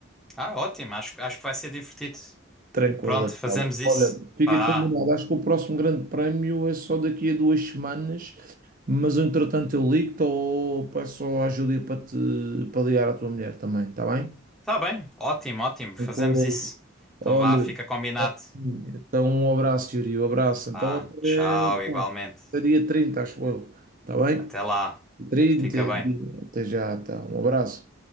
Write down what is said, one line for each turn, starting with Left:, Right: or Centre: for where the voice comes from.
Centre: Ah, ótimo. Acho acho que vai ser divertido.
Right: Tranquila,
Centre: Pronto, fazemos
Right: então.
Centre: isso.
Right: Olha, fica
Centre: Vá.
Right: combinado. Acho que o próximo Grande Prémio é só daqui a duas semanas, mas entretanto eu ligo-te ou peço à Júlia para te para ligar à tua mulher também, está bem?
Centre: Tá bem. Ótimo, ótimo.
Right: Tranquilo.
Centre: Fazemos isso. Então
Right: Olha,
Centre: vá, fica combinado.
Right: tá sim. então um abraço, Yuri, um abraço. Então
Centre: Ah,
Right: até,
Centre: tchau, igualmente.
Right: pá, até dia 30, acho eu. Está bem?
Centre: Até lá.
Right: trinta
Centre: Fica bem.
Right: dias. Até já, então. Um abraço.